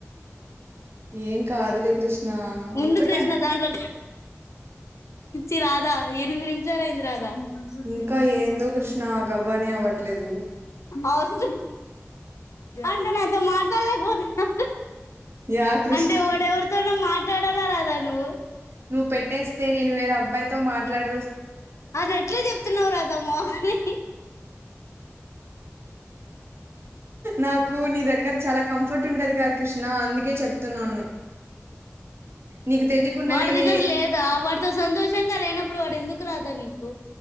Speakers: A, on the right (about 55°); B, on the left (about 75°).
A: ఏం కాదులే కృష్ణ
B: ఉండు
A: ఒక్క
B: కృష్ణ
A: టైం
B: దాంట్లో ఇచ్చి రాధా ఎనిమిది నిమిషాల అయింది రాధా కొంచెం సేపు
A: ఇంకా ఏందో కృష్ణ గబా అని అవ్వట్లేదు
B: అవు అంటే నాతో మాట్లాడలేకపోతు
A: యా కృష్ణ
B: అంటే వాడెవరితోన మాట్లాడాలా రాధా నువ్వు
A: నువ్వు పెట్టేస్తే నేను వేరే అబ్బాయితో మాట్లాడ
B: అది ఎట్లే చెప్తున్నావు రాధా మొఖని
A: నాకు నీ దగ్గర చాలా కంఫర్ట్ ఉంటదిగా కృష్ణ అందుకే చెప్తున్నాను నీకు తెలియకుండా
B: వాడి
A: నేను
B: దగ్గర
A: ఏ-
B: లేదా వాడితో సంతోషంగా లేనప్పుడు వాడు ఎందుకు రాధా నీకు